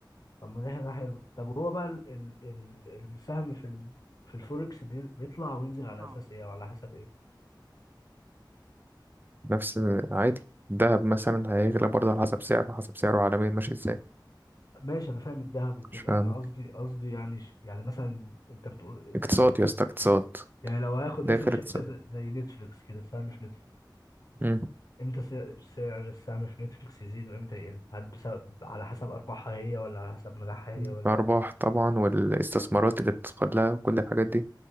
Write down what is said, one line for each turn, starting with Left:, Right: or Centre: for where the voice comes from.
Left: طب ما دي حاجه حلوه طب هو بقى ال ال ال السهم في ال في الفوركس بي- بيطلع وينزل على
Right: آه.
Left: اساس ايه وعلى حسب ايه
Right: نفس عادي الذهب مثلا هيغلى برضه على حسب سعره حسب سعره عالميا ماشي ازاي
Left: ماشي انا فاهم الذهب وكده
Right: مش فاهم
Left: انا قصدي قصدي يعني ش- يعني مثلا انت بتقول
Right: اقتصاد يا اسطى اقتصاد
Left: يعني لو هاخد
Right: داخل
Left: مثلا شركة
Right: اقتصاد
Left: ز- زي نتفليكس كده سهم في نتفليكس
Right: مم.
Left: امتى سعر سعر السهم في نتفليكس يزيد وامتى يقل هل بسبب على حسب ارباحها هي ولا على حسب نجاحها هي
Right: الأرباح
Left: ولا
Right: طبعا والاستثمارات اللي بتدخل لها وكل الحاجات دي